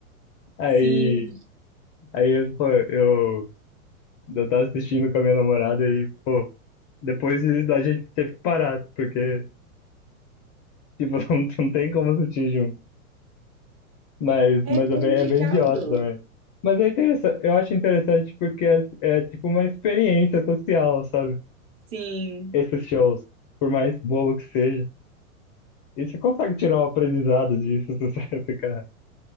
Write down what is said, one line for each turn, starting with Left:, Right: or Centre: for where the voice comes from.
Left: Aí,
Right: Sim,
Left: aí eu, pô, eu Eu tava assistindo com a minha namorada e, pô, depois a gente teve que parar, porque, tipo, <laughs> não, não tem como assistir junto. Mas,
Right: é
Left: mas
Right: complicado.
Left: é bem, é bem idiota também. Mas é interessante, eu acho interessante porque é, é tipo uma experiência social, sabe?
Right: Sim,
Left: Esses shows, por mais bobo que seja. E você consegue tirar um aprendizado disso <laughs> se você ficar.